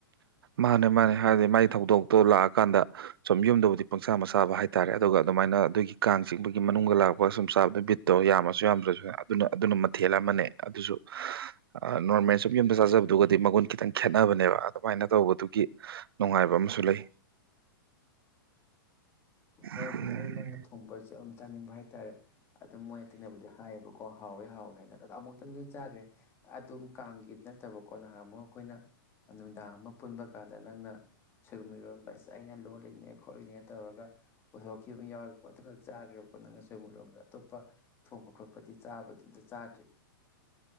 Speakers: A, on the right; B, on the left.
A: ꯃꯥꯅꯦ ꯃꯥꯅꯦ ꯍꯥꯏꯗꯤ ꯃꯥꯒꯤ ꯊꯧꯗꯣꯛꯇꯣ ꯂꯥꯛꯑꯀꯥꯟꯗ ꯁꯨꯝ ꯌꯨꯝꯗꯕꯨꯗꯤ ꯄꯪꯆꯥꯥ ꯑꯃ ꯆꯥꯕ ꯍꯥꯏꯇꯥꯔꯦ ꯑꯗꯨꯒ ꯑꯗꯨꯃꯥꯏꯅ ꯑꯗꯨꯒꯤ ꯀꯥꯡ ꯆꯤꯡꯛꯄꯕꯒꯤ ꯃꯅꯨꯡꯗ ꯂꯥꯛꯄꯒ ꯁꯨꯝ ꯆꯥꯕꯗꯨ ꯕꯤꯠꯇꯣ ꯌꯥꯝꯃꯁꯨ ꯌꯥꯝꯗ꯭ꯔꯁꯨ ꯑꯗꯨꯅ ꯑꯗꯨꯅ ꯃꯊꯦꯜ ꯑꯃꯅꯦ ꯑꯗꯨꯁꯨ ꯅꯣꯔꯃꯦꯜ ꯁꯨꯝ ꯌꯨꯝꯗ ꯆꯥꯖꯕꯗꯨꯒꯗꯤ ꯃꯒꯨꯟ ꯈꯤꯇꯪ ꯈꯦꯠꯅꯕꯅꯦꯕ ꯑꯗꯨꯃꯥꯏꯅ ꯇꯧꯕꯗꯨꯒꯤ ꯅꯨꯡꯉꯥꯏꯕ ꯑꯃꯁꯨ ꯂꯩ
B: ꯍꯣꯏ
A: ꯎꯝ,
B: ꯑꯗꯨꯅꯦ ꯑꯩ ꯅꯪꯅ ꯊꯣꯡꯕꯁꯦ ꯑꯝ ꯆꯥꯅꯤꯡꯕ ꯍꯥꯏ ꯇꯔꯦ ꯑꯗꯨꯝ ꯃꯣꯏꯅ ꯇꯤꯟꯅꯕꯗꯤ ꯍꯥꯏꯌꯦꯕꯀꯣ ꯀꯣ ꯍꯥꯎꯋꯦ ꯍꯥꯎꯋꯦ ꯍꯥꯏꯅ ꯑꯗ ꯑꯃꯨꯛ ꯇꯪꯗꯤ ꯆꯥꯈ꯭ꯔꯦ ꯑꯗꯨꯝ ꯀꯥꯡꯒꯤ ꯅꯠꯇꯕꯀꯣ ꯅꯍꯥꯟꯃꯨꯛ ꯑꯈꯣꯏꯅ ꯅꯨꯃꯤꯗꯥꯡ ꯑꯃ ꯄꯨꯟꯕ ꯀꯥꯟꯗ ꯅꯪꯅ ꯁꯣꯏꯕꯨꯝ ꯏꯔꯣꯟꯕ ꯑꯁ ꯑꯩꯅ ꯂꯣꯜꯂꯤꯅꯦ ꯈꯣꯠꯂꯤꯅꯦ ꯇꯧꯔꯒ ꯄꯨꯊꯣꯔꯛꯈꯤꯕ ꯑꯃ ꯌꯥꯎꯋꯦꯕ ꯄꯣꯠ ꯑꯗꯨꯈꯛ ꯆꯥꯈ꯭ꯔꯦꯕꯀꯣ ꯅꯪ ꯉꯁꯣꯏ ꯑꯃꯨꯛ ꯂꯔꯕꯗ ꯑꯇꯣꯞꯄ ꯊꯣꯡꯄ ꯈꯣꯠꯄꯗꯤ ꯆꯥꯕꯗꯤ ꯑꯝꯇ ꯆꯥꯗ꯭ꯔꯤ